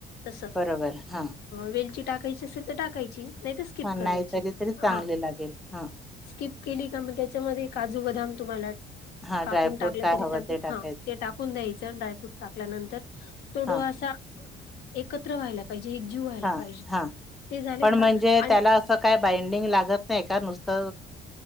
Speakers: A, on the left; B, in the centre.
A: तस अ
B: बरोबर. हां,
A: वेलची टाकायची असेल तर टाकायची नाही तर स्किप
B: हां,
A: करायची
B: नाहीतरी तरी चांगले
A: हा.
B: लागेल हा.
A: स्किप केली का मी त्याच्यामध्ये काजू बदाम तुम्हाला...
B: हां,
A: कापून
B: ड्रायफ्रूट
A: टाकलं
B: काय
A: तरी
B: हवं
A: चालतील
B: ते टाकायचं.
A: हा ते टाकून द्यायचं ड्रायफ्रूट टाकल्यानंतर.... व्हिडिओ
B: हां,
A: असा एकत्र व्हायला.. जीव व्हायला
B: हां,
A: पाहिजे.
B: हां.
A: ते झाले
B: पण
A: का
B: म्हणजे
A: आणि
B: त्याला असं काय बाइंडिंग लागत नाही का नुसत...